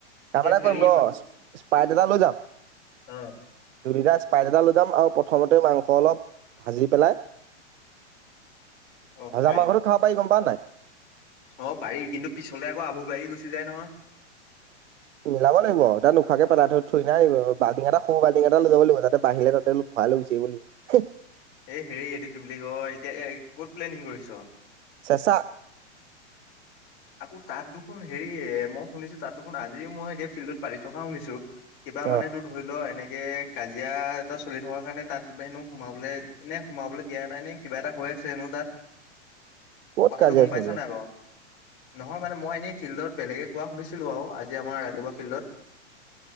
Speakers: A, on the right; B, on the left.
A: কাম
B: এতিয়া
A: এটা
B: হেৰি
A: কৰিম ৰ স্পা স্পাইট এটা লৈ যাম
B: অ
A: ব্ৰিজাৰ্চ স্পাইট এটা লৈ যাম আৰু প্ৰথমতে মাংস অলপ ভাজি পেলাই
B: অ
A: ভাজা
B: খাই
A: মাংসটো খাব পাৰি গম পাৱ নাই।
B: অ পাৰি কিন্তু পিছলে আকৌ আভোক লাগি গুচি যায় নহয়।
A: মিলাব লাগিব আও তই নোখোৱাকে পেলাটো থৈ থৈ নাহিব বালটিং এটা সৰু বালটিং এটা লৈ যাব লাগিব যাতে বাহিলে তাতে অলপ ভৰাই আলু বিচাৰিব লাগিব হে
B: এই হেৰি এইটো কি বুলি কয় এতিয়া এই ক'ত প্লেনিং কৰিছ?
A: চেচাঁহ
B: আকৌ তাত দেখোন হেৰি এ মই শুনিছো তাত দেখোন আজিও মই এতিয়া ফিল্ডত পাতি থকা শুনিছো। কিবা মানে
A: অ
B: তোৰ ধৰি ল এনেক কে কাজিয়া এটা চলি থকাৰ কাৰণে তাত হেনো সোমাবলৈ নে সোমাবলৈ দিয়া নাই নে কিবা এটা হয় ছে হেনো তাত
A: ক'ত
B: কথাটো
A: কাজিয়া
B: গম
A: চলি
B: পাইছা
A: আছে
B: নাই বাৰু নহয়, মানে মই এনেই ফিল্ডত বেলেগে কোৱা শুনিছিলো আও আজি আমাৰ ৰাতিপুৱা ফিল্ডত